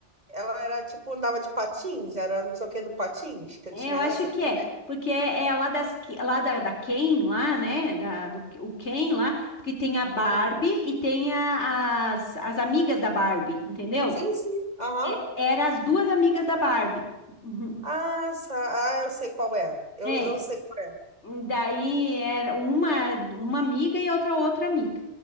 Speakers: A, on the right (about 35°); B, on the left (about 75°).
A: Ela era tipo, andava de patins, era não sei o que do patins, que eu
B: é,
A: tinha
B: eu
A: essa
B: acho que
A: também.
B: é, porque é é lá, das, lá da, da Ken, lá, né? Da, do, o Ken lá, porque tem a Barbie
A: Sim.
B: e tem a- as, as amigas da Barbie, entendeu?
A: Sim, sim. Aham.
B: É, era as duas amigas da Barbie. Uhum.
A: Ah, sa- ah, eu sei qual é. Eu,
B: É,
A: eu sei qual é.
B: daí era uma, uma amiga e outra outra amiga.